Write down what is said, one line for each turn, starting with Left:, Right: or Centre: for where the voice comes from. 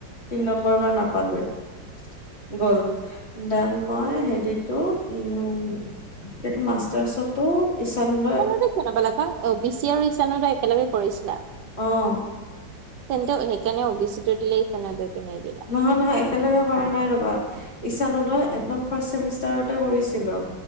Left: তিন নম্বৰ বাৰ নাপালোয়ে। গ'ল দেন মই হেৰিটো উম এতিয়াতো মাষ্টাৰ্চতো ইছান উদয়
Right: <unintelligible> নাপালা কাৰণ অবিচি আৰু ইছান উদয় একেলগে কৰিছিলা।
Left: অ'।
Right: তেন্তে সেইকাৰণে অবিচিটো দিলে, ইছান উদয়টো নিদিলে।
Left: নহয় নহয় একেলগে কৰা নাই ৰ'বা, ইছান উদয় একদম ফাৰ্ষ্ট ছেমিছ তৰতে কৰিছিলোঁ